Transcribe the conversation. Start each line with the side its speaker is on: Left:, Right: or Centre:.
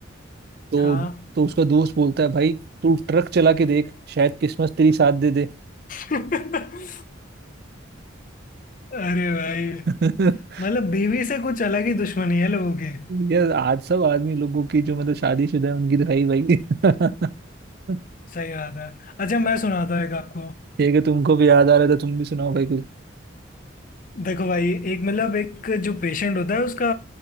Right: तो
Left: हाँ
Right: तो उसका दोस्त बोलता है भाई तू ट्रक चला के देख शायद किस्मत तेरी साथ दे दे
Left: <laughs> अरे भाई
Right: <laughs>
Left: मतलब बीवी से कुछ अलग ही दुश्मनी है लोगों की
Right: ये आज सब आदमी लोगों की जो मतलब शादीशुदा है उनकी तो है ही भाई <laughs> ठीक
Left: सही बात है अच्छा मैं सुनाता हूँ एक आपको
Right: है कि तुमको भी याद आ रहा था तुम भी सुनाओ भाई कुछ
Left: देखो भाई एक मतलब एक जो पेशेंट होता है उसका